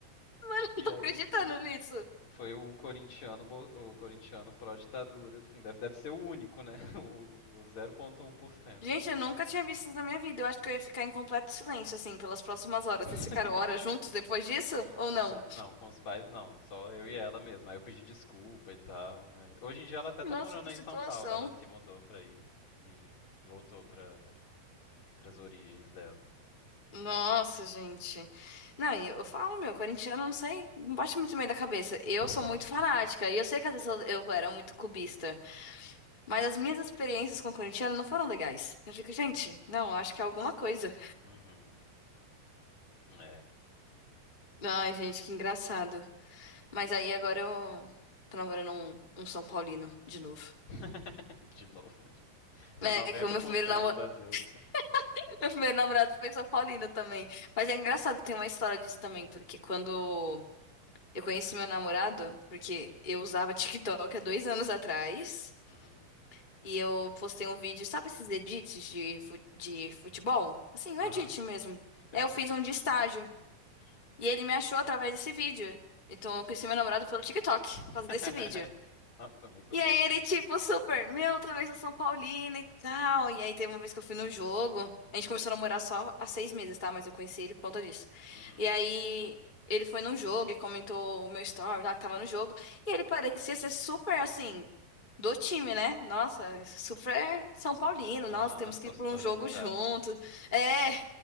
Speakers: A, on the left (about 20°); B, on the left (about 45°).
A: Mano, eu
B: E
A: não tô
B: aí,
A: acreditando
B: assim,
A: nisso.
B: foi o corintiano, bo- o corintiano pró-ditadura, assim, deve, deve ser o único, né? <laughs> O, o 0,1%
A: Gente,
B: ali.
A: eu nunca
B: que-
A: tinha visto isso na minha vida. Eu acho que eu ia ficar em completo silêncio, assim, pelas próximas horas.
B: <laughs>
A: Vocês ficaram horas juntos depois disso? Ou não?
B: Com, não, com os pais não, só eu e ela mesmo. Aí eu pedi desculpa e tal, mas hoje em dia ela até
A: Nossa,
B: tá morando
A: que
B: aí
A: situação.
B: em São Paulo, ela se mudou pra aí e voltou pra, pras origens dela.
A: Nossa, gente. Não, e eu falo, meu, corintiano, não sei, não bate muito bem da cabeça. Eu
B: <laughs>
A: sou muito fanática, e eu sei que às vezes eu, eu era muito cubista, mas as minhas experiências com corintiano não foram legais. Eu fico, gente, não, acho que é alguma coisa.
B: Uhum. É.
A: Ai, gente, que engraçado. Mas aí agora eu tô namorando um, um São Paulino de novo.
B: <laughs> De novo.
A: É,
B: 90%
A: que o meu primeiro namorado,
B: das vezes, né?
A: <laughs> meu primeiro namorado foi São Paulino também. Mas é engraçado que tem uma história disso também, porque quando Eu conheci meu namorado porque eu usava TikTok há dois anos atrás
B: Uhum.
A: e eu postei um vídeo, sabe esses edits de, fu- de futebol? Assim, um
B: Aham,
A: edit mesmo.
B: sei,
A: Aí
B: sei.
A: eu fiz um de estágio e ele me achou através desse vídeo. Então eu conheci meu namorado pelo TikTok
B: <laughs>
A: por causa desse vídeo.
B: Nossa, muito
A: E
B: bom.
A: aí ele, tipo, super, meu, talvez eu sou São Paulino e tal. E aí teve uma vez que eu fui no jogo. A gente começou a namorar só há seis meses, tá? Mas eu conheci ele por conta disso.
B: Uhum.
A: E aí ele foi num jogo e comentou o meu story lá que tava no jogo. E ele parecia ser super, assim, do time, né? Nossa, super São Paulino.
B: Aham,
A: Nossa, temos
B: torcida
A: que ir pra um
B: organizada.
A: jogo junto. É.